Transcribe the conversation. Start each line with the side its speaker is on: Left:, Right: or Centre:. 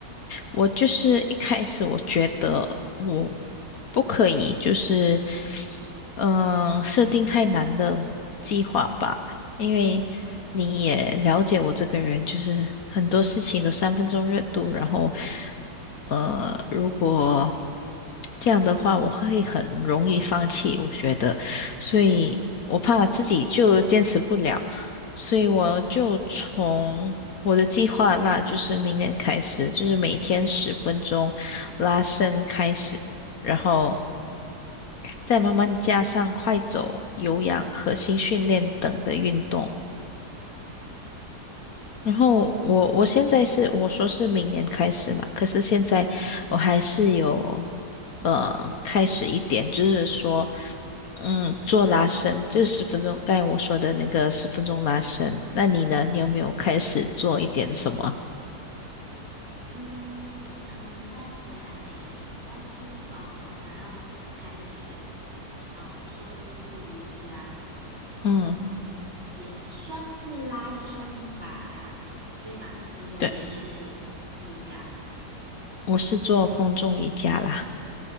Left: 我就是一开始我觉得我不可以，就是嗯、呃设定太难的计划吧，因为你也了解我这个人，就是很多事情都三分钟热度，然后呃，如果这样的话，我会很容易放弃，我觉得，所以我怕自己就坚持不了。所以我就从我的计划那就是明年开始，就是每天十分钟拉伸开始，然后再慢慢加上快走、有氧、核心训练等的运动。然后我我现在是我说是明年开始嘛，可是现在我还是有呃开始一点，就是说嗯做拉伸，就是十分钟，刚才我说的那个十分钟拉伸。那你呢？你有没有开始做一点什么？
Right: 嗯嗯，呃暂时还没有，但是啊、呃我想要开始呃做这个瑜伽，啊，
Left: 嗯。
Right: 也算是拉伸吧，对吗？你的也是瑜伽
Left: 对。我是做空中瑜伽啦，